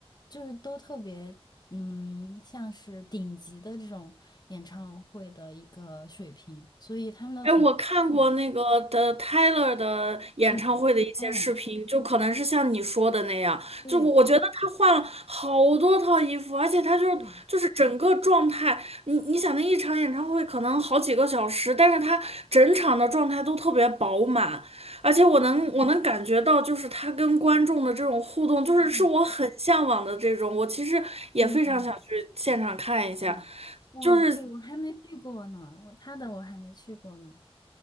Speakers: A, on the left (about 40°); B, on the right (about 80°).
A: 就是都特别，嗯，像是顶级的这种演唱会的一个水平，所以他们的粉丝也，
B: 哎，我看过那个的 Tyler 的演唱会的一些视频，
A: 嗯嗯，
B: 就可能是像你说的那样，
A: 对
B: 就我我觉得他换了好多套衣服，而且他就就是整个状态，
A: 对，
B: 你你想那一场演唱会可能好几个小时，但是他整场的状态都特别饱满，而且我能我能感觉到，就是他跟观众的这种互动，就是是我很向往的这种，
A: 嗯
B: 我其实也非常想去现场看一下。
A: 嗯嗯，是，我对我还没去过呢，
B: 就是。
A: 我他的我还没去过呢，